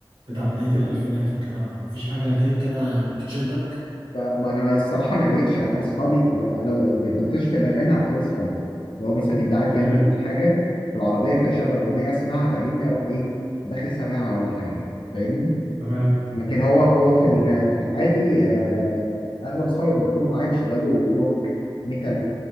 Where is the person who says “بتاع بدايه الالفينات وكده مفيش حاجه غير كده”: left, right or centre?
Right